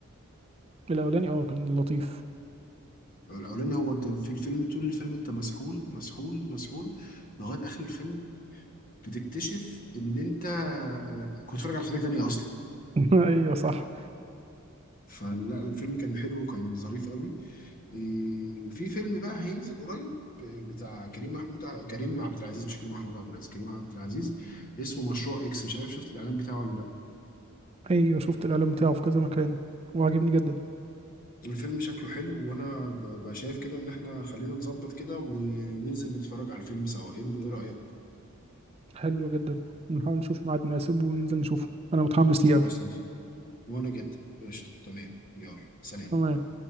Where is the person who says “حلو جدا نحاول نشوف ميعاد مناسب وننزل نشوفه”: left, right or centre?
Right